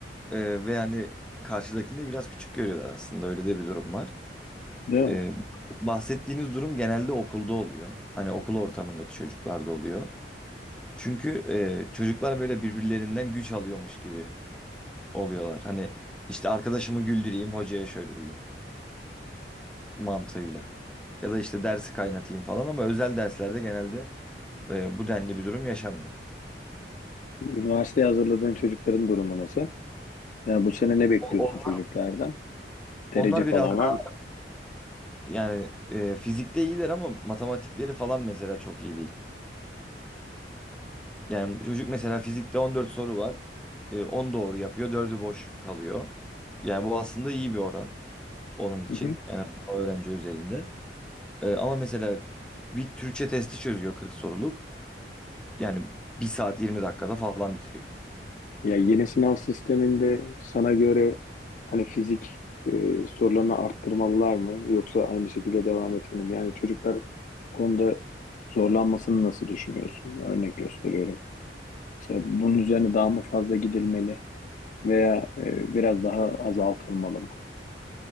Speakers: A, in the centre; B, on the left.
A: e, ve yani karşıdakini de biraz küçük görüyorlar aslında. Öyle de bir durum var.
B: Değil mi?
A: E, bahsettiğiniz durum genelde okulda oluyor. Hani okul ortamındaki çocuklarda oluyor. Çünkü e, çocuklar böyle birbirlerinden güç alıyormuş gibi oluyorlar. Hani işte arkadaşımı güldüreyim, hocaya şöyle diyeyim mantığıyla. Ya da işte dersi kaynatayım falan ama özel derslerde genelde e, bu denli bir durum yaşanmıyor.
B: Üniversiteye hazırladığın çocukların durumu nasıl? Yani bu sene ne bekliyorsun
A: O-
B: çocuklardan? Derece
A: Onlar
B: falan
A: biraz daha
B: var mı?
A: yani e, fizikte iyiler ama matematikleri falan mesela çok iyi değil. Yani çocuk mesela fizikte 14 soru var. E, 10 doğru yapıyor, 4'ü boş kalıyor. Yani bu aslında iyi bir oran onun için.
B: Hı
A: Yani o öğrenci üzerinde. E, ama mesela bir Türkçe testi çözüyor 40 soruluk. Yani bir saat 20 dakikada falan bitiriyor.
B: Ya yeni sınav sisteminde sana göre hani fizik e, sorularını arttırmalılar mı yoksa aynı şekilde devam etmeli mi? Yani çocuklar bu konuda zorlanmasını nasıl düşünüyorsun? Örnek gösteriyorum. İşte bunun üzerine daha mı fazla gidilmeli veya e, biraz daha azaltılmalı mı?